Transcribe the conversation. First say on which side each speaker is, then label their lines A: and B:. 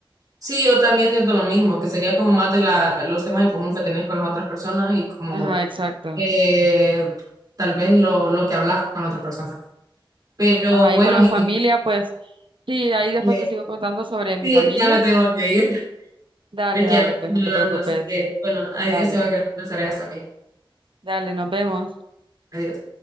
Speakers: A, on the right; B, on the right.
A: Sí, yo también siento lo mismo, que sería como más de la, los temas en común que tenés con las otras personas y como
B: Ajá, exacto.
A: eh, tal vez lo, lo que hablas con otras personas. Pero
B: Ajá,
A: bueno,
B: y con la
A: <laughs> es
B: familia,
A: que...
B: pues sí, ahí después
A: que-
B: te sigo contando sobre mi
A: Sí,
B: familia.
A: ya me tengo que ir.
B: Dale,
A: Porque ya
B: dale,
A: me estoy
B: pues no te
A: hablando,
B: preocupes.
A: así que bueno, adiós,
B: Dale.
A: tengo que hacer unas tareas también.
B: Dale, nos vemos.
A: Adiós.